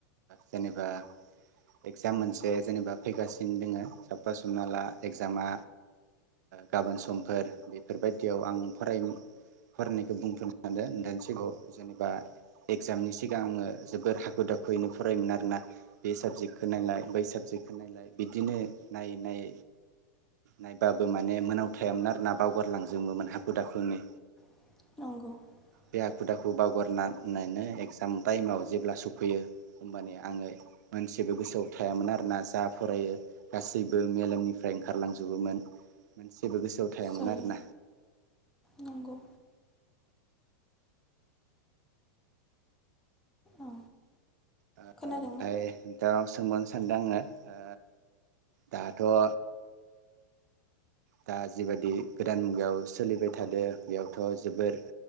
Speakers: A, on the right; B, in the centre.
A: जेनेबा एगजाम मोनसे जेनेबा फैगासिनो दोङो साफह हमना ला एगजामा गाबोन समफोर बेफोरबायदियाव आं फराय फरायनायखौ बुंथ'नो सानदों नोंथानि सिगाङाव जेनेबा एगजामनि सिगां आङो जोबोर हाखु दाखुयैनो फरायोमोन आरोना बे साबजेक्टखौ नायलाय बै साबजेक्टखौ नायलाय बिदिनो नायै नायै नायबाबो माने मोनावथायामोन आरोना बावगारलांजोबोमोन हाखु दाखुनो
B: <inaudible>
A: बेे हाखुदाखु बावगारना नायनो एगजाम टाइमाव जेब्ला सफैयो होमबानिआ आङो मोनसेबो गोसोआव थायामोन आरोना जा फरायो गासैबो मेलेमनिफ्राय ओंखारलांजोबोमोन जेबो गोसोआव थायामोन
B: जायो
A: आरोना
B: नंगौ औ
A: ओ
B: खोनादोंना
A: ओमफ्राय नोंथांनाव सोंबावनसो सानदों आङो ओ दाथ' ओ दा जिबादि गोदान मुगायाव सोलिबाय थादो बेयावथ' जोबोर